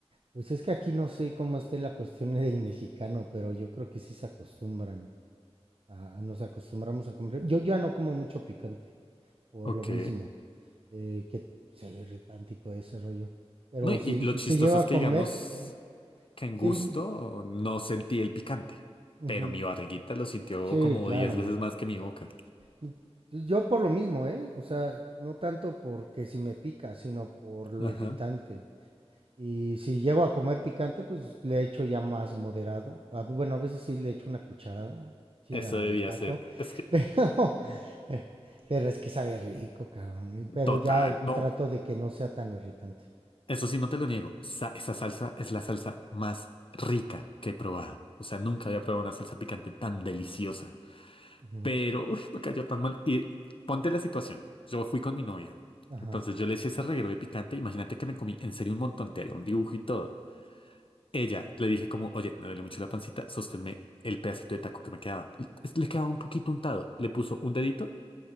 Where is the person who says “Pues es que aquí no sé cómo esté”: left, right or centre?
Right